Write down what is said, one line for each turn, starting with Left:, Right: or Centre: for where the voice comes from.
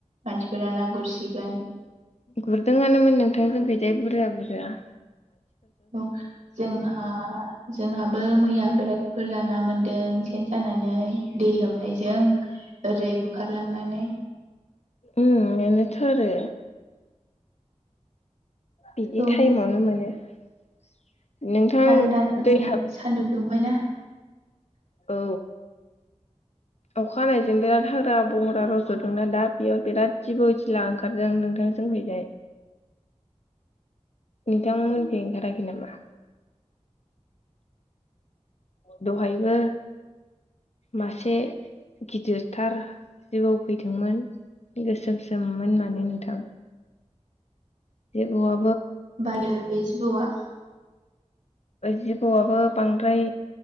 Right: मानसिफोरा ना गुरसिगोन
Left: गुरदोंआनोमोन नोंथां जोंखिजाय बुरजा बुरया
Right: औ जोंहा जोंहाबो मैया बिराद बुरजा ना मोन्दों सेन सानानै दै लोमनाय जों ओरै बुखारलांनानै
Left: उम मोनोथ आरो बिदि
Right: औ
Left: टाइमावनो मोनो <inaudible> नोंथां
Right: आरो दाथ'
Left: दै
Right: नै
Left: हाब
Right: सान्दुं दुंबायना
Left: औ अखा हानायजों बिराद हाग्रा बंग्रा रज'दोंना दा बेयाव बिराद जिबौ जिला ओंखारदों नोंथां जोंनिखैजाय नोंथांमोननिखै ओंखाराखै नामा? दहायबो मासे गिदिरथार जिबौ फैदोंमोन गोसोमसोममोन माने नोंथां। जिबोआ
Right: बायो बे जिबौवा
Left: जिबौआबो बांद्राय